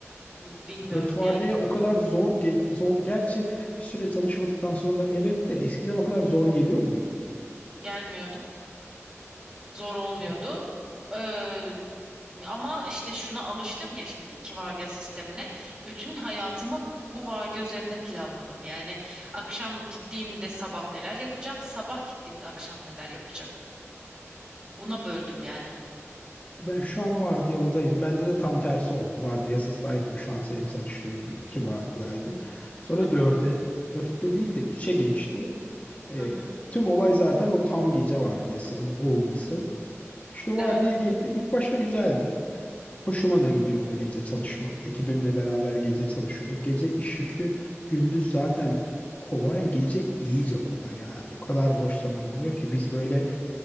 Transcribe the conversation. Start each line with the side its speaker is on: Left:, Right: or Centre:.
Right: Bilmiyorum
Left: Dört vardiya
Right: yani.
Left: o kadar zor ge- zor gerçi bir süre çalışmadıktan sonra evet de eskiden o kadar zor geliyor muydu?
Right: Gelmiyordu. zor olmuyordu.
Left: Çünkü
Right: Ee, ama işte şuna alıştım ya şimdi iki vardiya sistemine. Bütün hayatımı bu vardiya üzerine planladım. Yani akşam gittiğimde sabah neler yapacağım, sabah gittiğimde akşam neler yapacağım. Buna böldüm yani.
Left: ben şu an vardiyalıdayım. Bende de tam tersi oldu. Vardiyasızdaydım şu an senin çalıştığın gibi iki vardiyaydı. Sonra
Right: Hı
Left: dörde
Right: hı,
Left: dörtte değil de üçe geçti. E,
Right: hı hı,
Left: tüm olay zaten o tam gece vardiyasının olması. İşte vardiya
Right: evet.
Left: girdi. İlk başta güzeldi. Hoşuma
Right: Hı hı,
Left: da gidiyordu gece çalışmak. Ekibimle beraber gece çalışıyorduk. Gece iş yükü gündüz zaten kolay, gece iyice kolay yani. O kadar boş zaman oluyor ki biz böyle